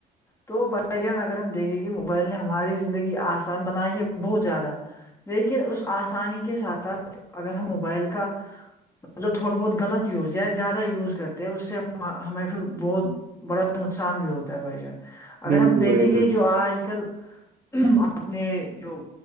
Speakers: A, on the left; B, on the right.
A: تو بائی جان اگر ہم دیکھیں گے موبائل نے ہماری زندگی آ آسان بنائی ہے بہت زیادہ لیکن اس آسانی کے ساتھ ساتھ اگر ہم موبائل کا مطلب تھوڑا بہت غلط ز یا زیادہ یوز کرتے ہیں اس سے ہمیں پھر بہت بڑا نقصان بھی ہوتا ہے بھائی جان اگر
B: بالکل
A: ہم دیکھیں
B: بھائی جان
A: گے جو آج کل اپنے جو